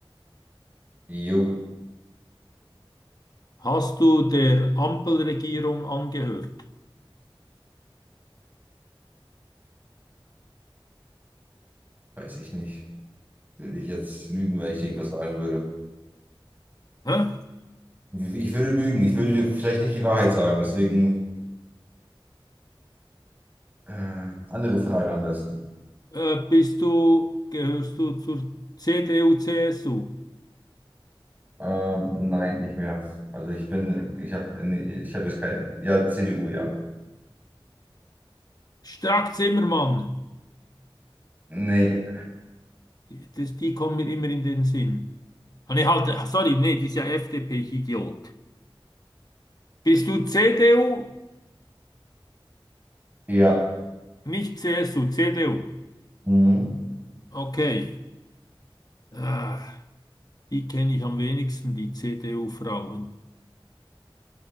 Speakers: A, on the right (about 20°); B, on the left (about 45°).
A: Jo.
B: Hast du der Ampelregierung angehört?
A: Weiß ich nicht. Würde ich jetzt lügen, wenn ich irgendwas sagen würde.
B: Hä?
A: Ich würde lügen. Ich würde dir vielleicht nicht die Wahrheit sagen. Deswegen äh, andere Frage am besten.
B: Äh, bist du, gehörst du zur CDU, CSU?
A: Ähm, nein, nicht mehr. Also ich bin, ich habe, nee, ich habe jetzt kein, ja, CDU, ja.
B: Strack Zimmermann,
A: Nee,
B: die, das, die kommen mir immer in den Sinn. Ah, nee, halt, ah, sorry, nee, die ist ja FDP, ich Idiot. Bist du CDU?
A: ja.
B: Nicht CSU, CDU.
A: Mhm.
B: Okay. Ah, die kenne ich am wenigsten, die CDU-Frauen.